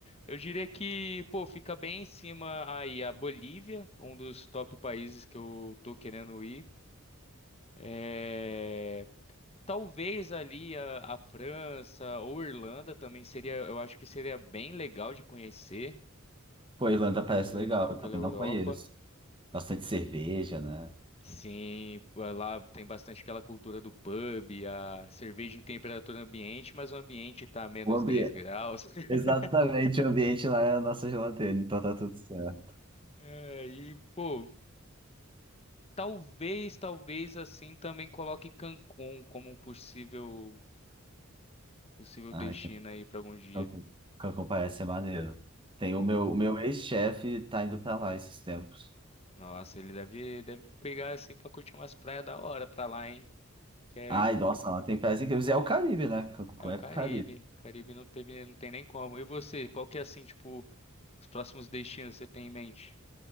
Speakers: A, on the left; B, on the right.
A: Eu diria que, pô, fica bem em cima aí a Bolívia, um dos top países que eu tô querendo ir. É, Talvez ali a, a França ou Irlanda também seria, eu acho que seria bem legal de conhecer.
B: Pô, a Irlanda
A: Lá
B: parece
A: pela,
B: legal, eu
A: pela
B: também
A: Europa.
B: não conheço. Bastante cerveja, né?
A: Sim, eh, lá tem bastante aquela cultura do pub, a cerveja em temperatura ambiente, mas o ambiente tá a menos
B: O ambi-
A: 10 graus. <laughs>
B: Exatamente, o ambiente lá é a nossa geladeira, então tá tudo certo.
A: É, e, pô, talvez, talvez assim também coloque Cancún como um possível, possível
B: Ai,
A: destino aí pra algum dia.
B: Cancún Cancún parece ser maneiro. Tem o
A: Eu-
B: meu, o meu ex-chefe tá indo pra lá esses tempos.
A: Nossa, ele deve, deve pegar assim pra curtir umas praias da hora pra lá, hein? Que é,
B: Ai, nossa, lá tem praias incríveis. É o Caribe, né? Cancún
A: é o
B: é
A: Caribe.
B: Caribe.
A: Caribe não teve, não tem nem como. E você, qual que é assim, tipo. Os próximos destinos você tem em mente?